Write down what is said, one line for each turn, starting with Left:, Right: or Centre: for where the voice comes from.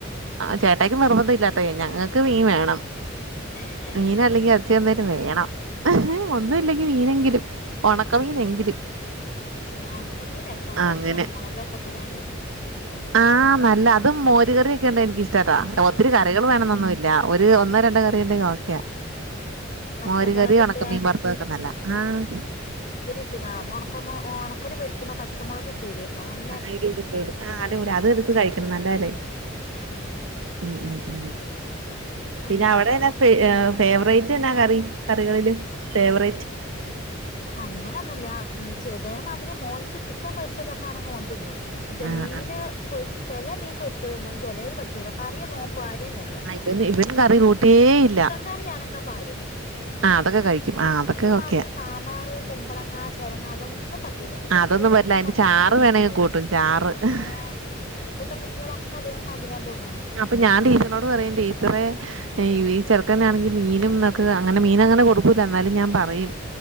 Right: ആഹ് ചേട്ടായിക്ക് നിർബന്ധം ഇല്ലാട്ടെ ഞങ്ങക്ക് വീൻ വേണം.
Left: ആഹ്
Right: മീനല്ലെങ്കി അർച്ചി എന്തായാലും വേണം. ഒന്നു
Left: അങ്ങനെ
Right: ഇല്ലെങ്കി മീനെങ്കിലും ഒണക്കമീനെങ്കിലും.
Left: ആഹ് ഒണക്ക മീൻ രസാ പൊരിച്ചാന്
Right: അങ്ങനെ.
Left: മുളകൊക്കെ ഇട്ട്കാണ്ട്.
Right: ആഹ്
Left: പ
Right: നല്ല അതും മോര് കറിയൊക്കെ ഇണ്ടേ എനിക്ക് ഇഷ്ടാട്ടാ.
Left: ആ
Right: അങ്നെ ഒത്തിരി
Left: ആ
Right: കറികൾ വേണം ന്നൊന്നു ഇല്ലാ ഒര് ഒന്നോ രണ്ടോ കറിയുണ്ടെങ്കി ഓക്കെയാ.
Left: പച്ചമൊളക്
Right: മോര് കറിയും ഉണക്ക
Left: ഇട്ട്കാണ്ട്
Right: മീൻ വറുത്തതൊക്കെ നല്ലാ ആഹ്.
Left: കീറിട്ട് കാണാം ഒണക്ക മൊ ഓണക്കല് പൊരിക്കുമ്പോ പച്ചമുളക് കീറിഇട്നെ നല്ലെ
Right: ആ ഇടും ഇടും ഇടും ആ അടി പെളിയാഅത് എടുത്ത് കഴിക്കണം നല്ലതല്ലേ
Left: ഉം
Right: ഉം ഉം ഉം പിന്നെ
Left: അങ്ങനെ
Right: അവിടെന്നെ ഫ ഫേവറേറ്റ് എന്നാ കറി കറികളില് ഫേവറേറ്റ്.
Left: അങ്ങനൊ ഒന്നു ഇല്ല ഉം ച് ഇതേ മാതിരി മോൻക്ക് ചിക്കൻ പൊരിച്ചതൊക്കെ ആണെങ്കിൽ ഓൻ തിന്നും മറ്റേ
Right: ആഹ്
Left: മീൻ
Right: ആഹ്
Left: പൊരി ചെല മീൻ പൊരിച്ചത് തിന്നും ചെലത് പറ്റൂല കറിയൊന്നും ഓൻ പാരന്നെ ഇല്ല
Right: പിന്നെ ഇവനും കറി കൂ ട്ടേയില്ല
Left: കറിയാണെങ്കി പാരും
Right: ആഹ് അതൊക്കെ കഴിക്കും ആഹ് അതൊക്കെ
Left: ഇതേമാതിരി
Right: ഒക്കെയാ
Left: സാമ്പാറ് കുമ്പളങ്ങ ചെരങ്ങ അതൊന്നും പറ്റുല്ല ഇപ്പത്തെ
Right: ആഹ്
Left: കുട്ടികളൊക്കെ
Right: അതൊന്നും പറ്റില്ല
Left: ഇപ്പ
Right: അതിന്റെ
Left: അങ്ങനെന്നാ
Right: ചാറ്
Left: തോന്നണത്
Right: വേണമെങ്കിൽ കൂട്ടും ചാറ്
Left: ആഹ് ഇപ്പത്തെ കുട്ട്യളൊക്കെ അതേ മാതിരിയാന്ന് തോന്നണ്
Right: അപ്പൊ ഞാൻ ടീച്ചറിനോട് പറയും ടീച്ചറെ ഈ ചെറക്കനാണെങ്കിൽ മീനും ഒക്കെ അങ്ങനെ മീന് അങ്ങനെ കൊടുക്കൂല്ല എന്നാലും ഞാൻ പറയും